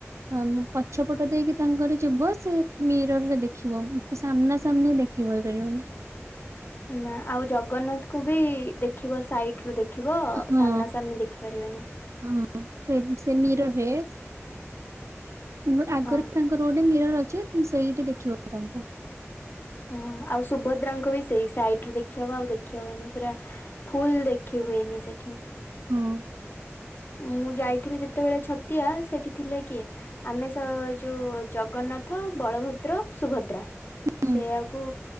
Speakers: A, on the right; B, on the left.
A: <unintelligible> ପଛପଟ ଦେଇକି ତାଙ୍କର ଯିବ ସେ ମିରର ରେ ଦେଖିବ ସାମ୍ନା ସାମ୍ନି ଦେଖ <unintelligible> ହୋଇ ପାରିବନି।
B: ନା ଆଉ ଜଗନ୍ନାଥଙ୍କୁ ବି ଦେଖିବ ସାଇଟ ରୁ ଦେଖ ଦେଖିବ
A: ହଁ
B: ସାମ୍ନା ସାମନି ଦେଖିପାରିବେନି।
A: ହଁ ସେ ସେ ମିରର ରେ ତମ ଆଗ
B: ହଁ
A: ତାର ଗୋଟେ ମିରର ଅଛି ତମେ ସେଇଠି ଦେଖିବ ତାଙ୍କୁ।
B: ହଁ ଆଉ ସୁଭଦ୍ରାଙ୍କ ବି ସେଇ ସାଇଟୁ ଦେଖିହବ ଆଉ ଦେଖିହବନି ପୁରା ଫୁଲ ଦେଖି ହୁଏନି ସେଠି।
A: ହୁଁ
B: ମୁଁ ଯାଇଥିଲି ଯେତେବେଳେ ଛତିଆ ସେଠି ଥିଲେ କିଏ ଆମେ ସ ଯୋଉ ଜଗନ୍ନାଥ, ବଳଭଦ୍ର, ସୁଭଦ୍ରା
A: ହୁଁ
B: ସେୟାଆକୁ